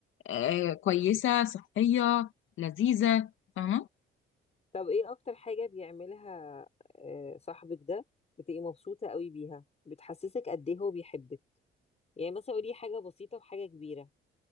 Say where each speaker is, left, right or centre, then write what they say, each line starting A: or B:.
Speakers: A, on the left; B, on the left.
A: آه كويسه صحيه لذيذه فاهمه
B: طب ايه اكتر حاجة بيعملها آه، صاحبك ده بتبقي مبسوطة قوي بيها بتحسسك قد ايه هو بيحبك يعني مثلا قولي حاجة بسيطة وحاجة كبيرة